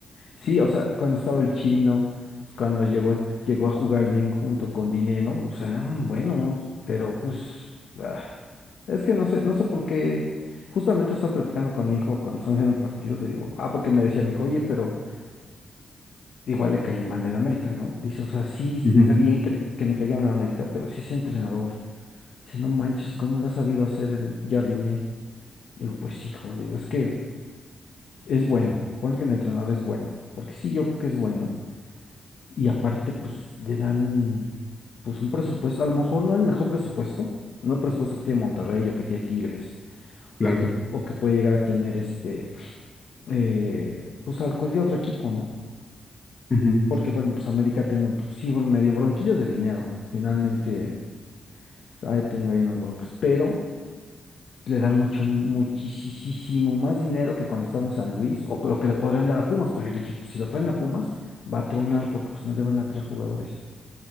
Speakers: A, on the left; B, on the left.
A: Sí, o sea, cuando estaba el chino, cuando llegó, llegó a jugar bien junto con Dineno, o sea, eran buenos, pero pues, ay, es que no sé, no sé por qué. Justamente estaba platicando con mi hijo cuando estábamos en el partido, le digo, ah, porque me decía mi hijo, oye, pero igual le caí mal en América, ¿no? Dice, o sea, sí
B: Ujú,
A: está bien que, le- que me caigan en América, pero si ese entrenador, dice, no manches, ¿cómo lo ha sabido hacer el Jardiné? Digo, pues hijo, le digo, es que es bueno, pone que el entrenador es bueno, porque sí, yo creo que es bueno Y aparte, pues le dan pues un presupuesto, a lo mejor no el mejor presupuesto, no el presupuesto que tiene Monterrey o que tiene Tigres
B: claro,
A: o que, o que puede llegar a tener este, eh, pues al cualquier otro equipo, ¿no?
B: ujú,
A: Porque bueno, pues América ha tenido, pues sí, bueno, medio bronquillas de dinero, finalmente pues, ha tenido ahí unas broncas, pero le dan mucho, muchísimo más dinero que cuando estaba en San Luis o que lo que le podrían dar a Pumas, porque le dije, pues, si lo traen a Pumas, va a tronar porque pues no le van a traer jugadores.